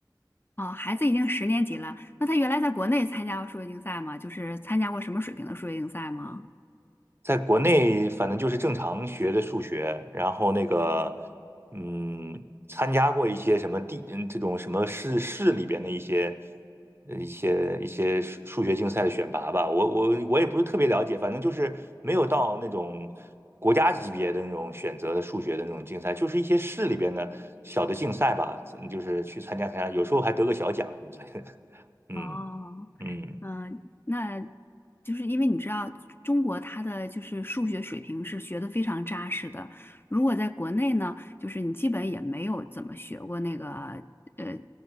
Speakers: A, on the left; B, on the right.
A: 哦，孩子已经十年级了，那他原来在国内参加过数学竞赛吗？就是参加过什么水平的数学竞赛吗？
B: 在国内反正就是正常学的数学，然后那个，嗯，参加过一些什么地，嗯，这种什么市市里边的一些呃一些一些数数学竞赛的选拔吧。我我我也不是特别了解，反正就是没有到那种国家级别的那种选择的数学的那种竞赛，就是一些市里边的小的竞赛吧，嗯就是去参加参加，有时候还得个小奖什么之类的。<laughs> 嗯
A: 哦，
B: 嗯，
A: 嗯，那就是因为你知道中国它的就是数学水平是学的非常扎实的，如果在国内呢，就是你基本也没有怎么学过那个呃